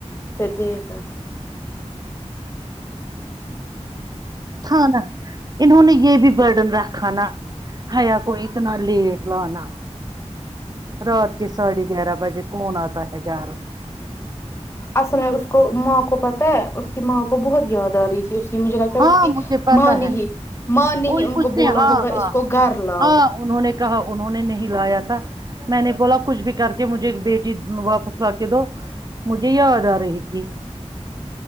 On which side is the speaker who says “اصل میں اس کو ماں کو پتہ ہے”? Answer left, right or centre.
Left